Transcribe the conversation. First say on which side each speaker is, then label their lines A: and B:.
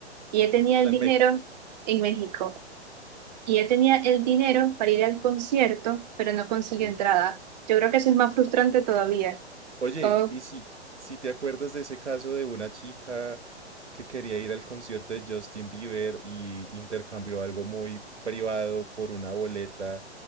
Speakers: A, on the right; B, on the right.
A: Y ella tenía
B: está
A: el
B: en
A: dinero
B: México.
A: en México. Y ella tenía el dinero para ir al concierto, pero no consiguió
B: sí.
A: entrada. Yo creo que eso es más frustrante todavía.
B: Oye,
A: Como,
B: y si, si te acuerdas de ese caso de una chica que quería ir al concierto de Justin Bieber y intercambió algo muy privado por una boleta